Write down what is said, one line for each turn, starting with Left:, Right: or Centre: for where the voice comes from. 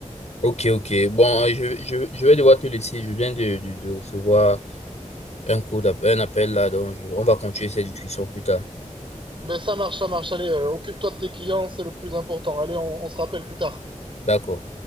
Left: Ok, ok. Bon, euh, je, je, je vais devoir te laisser. Je viens de, de, de recevoir un coup d'app- un appel là, donc je- on va continuer cette discussion plus tard.
Right: Ben, ça marche, ça marche. Allez, euh, occupe-toi de tes clients, c'est le plus important. Allez, on on se rappelle plus tard.
Left: D'accord.